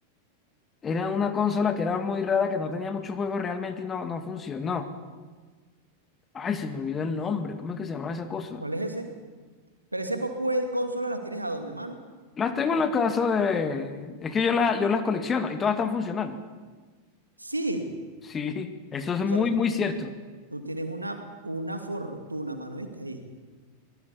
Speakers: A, on the left; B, on the right.
A: Era una consola que era muy rara, que no tenía muchos juegos realmente y no, no funcionó. Ay, se me olvidó el nombre. ¿Cómo es que se llama esa cosa?
B: ¿cuál es ese? Pero ese poco de consolas las tienes a dónde, mano?
A: Las tengo en la casa de... Es que yo, la- yo las colecciono y todas están funcionales.
B: Sí,
A: Sí, eso es
B: o
A: muy,
B: sea, tú,
A: muy cierto.
B: tú tienes una, una fortuna, mano, ¿viste? Ahí.